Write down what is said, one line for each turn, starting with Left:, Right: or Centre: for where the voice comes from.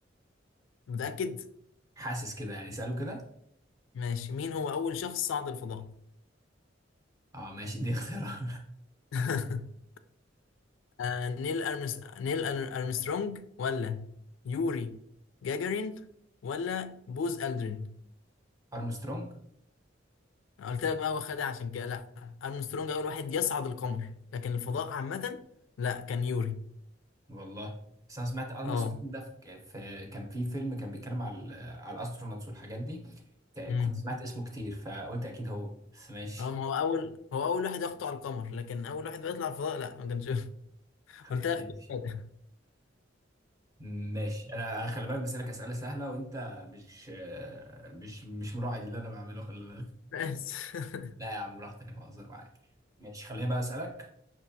Left: متاكد
Right: حاسس كده يعني اسأله كده
Left: ماشي مين هو اول شخص صعد الفضاء
Right: اه ماشي دي اختيار <laughs>
Left: <laughs> آه نيل أرمس... نيل أر- أرمسترونج ولا يوري جاجارين ولا بوز ألدرين
Right: ارمسترونج
Left: أنا قلت لك بقى هو خدها عشان كده لا أرمسترونج أول واحد يصعد القمر لكن الفضاء عامة لا كان يوري
Right: والله بس انا سمعت ارمسترونج
Left: اه
Right: ده في في- كان في فيلم كان بيتكلم على ال- على الاسترونوتس والحاجات دي ك-
Left: امم
Right: كنت سمعت اسمه كتير فقلت اكيد هو بس ماشي
Left: اه ما هو أول هو أول واحد يخطو على القمر لكن أول واحد بيطلع الفضاء لا ما كانش <laughs> قلت
Right: ماشي
Left: لك خدها.
Right: ماشي انا خلي بالك بسألك اسئله سهله وانت مش مش مش مراعي اللي انا بعمله خلي بالك
Left: بس <laughs>
Right: لا يا عم براحتك انا بهزر معاك ماشي خليني بقى اسالك